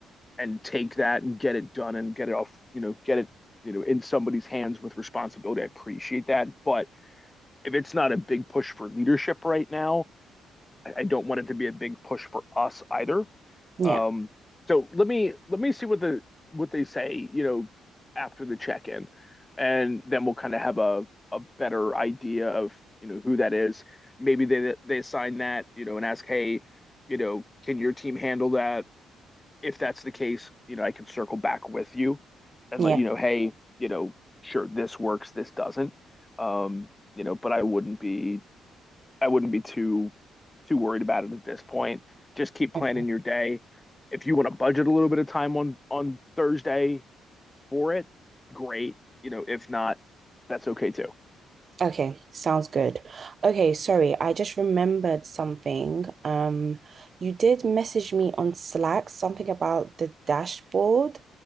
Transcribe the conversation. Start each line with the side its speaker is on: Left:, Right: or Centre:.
Left: and take that and get it done and get it off, you know, get it, you know, in somebody's hands with responsibility. I appreciate that, but if it's not a big push for leadership right now, I, I don't want it to be a big push for us either.
Right: Yeah,
Left: Um, so let me let me see what the what they say, you know, after the check in, and then we'll kind of have a a better idea of you know who that is. Maybe they they assign that you know and ask, hey, you know, can your team handle that? If that's the case, you know, I can circle back with you and
Right: yeah.
Left: let you know, hey, you know, sure this works, this doesn't. Um, you know, but I wouldn't be I wouldn't be too too worried about it at this point. Just keep planning
Right: Okay.
Left: your day. If you want to budget a little bit of time on on Thursday for it, great. You know, if not, that's okay too.
Right: Okay, sounds good. Okay, sorry, I just remembered something. Um, you did message me on Slack something about the dashboard.